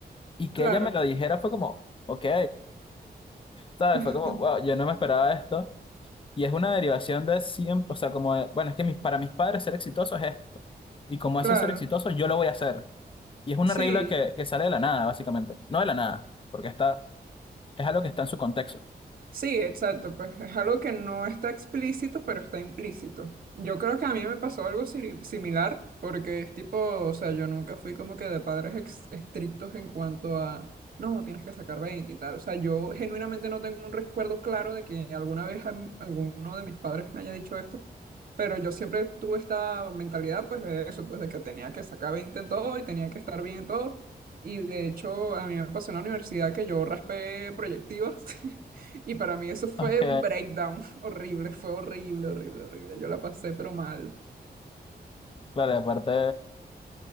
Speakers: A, on the left (about 30°); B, on the right (about 60°).
A: y que
B: claro.
A: ella me lo dijera fue como, ok, sabes,
B: <laughs>
A: fue como, wow, yo no me esperaba esto, y es una derivación de siempre, o sea, como, de, bueno, es que mis- para mis padres ser exitoso es esto, y como
B: Claro,
A: eso es ser exitoso, yo lo voy a hacer, y es una
B: sí.
A: regla que, que sale de la nada, básicamente, no de la nada, porque está, es algo que está en su contexto.
B: Sí, exacto, pues es algo que no está explícito, pero está implícito. Yo creo que a mí me pasó algo sili- similar, porque es tipo, o sea, yo nunca fui como que de padres ex- estrictos en cuanto a, no, tienes que sacar 20 y tal. O sea, yo genuinamente no tengo un recuerdo claro de que alguna vez a m- alguno de mis padres me haya dicho esto, pero yo siempre tuve esta mentalidad, pues de eso, pues de que tenía que sacar 20 en todo y tenía que estar bien en todo. Y de hecho, a mí me pasó en la universidad que yo raspé proyectivas. <laughs> Y para mí eso fue
A: Ok,
B: un breakdown <laughs> horrible, fue horrible, horrible, horrible. Yo la pasé, pero mal.
A: claro, y aparte.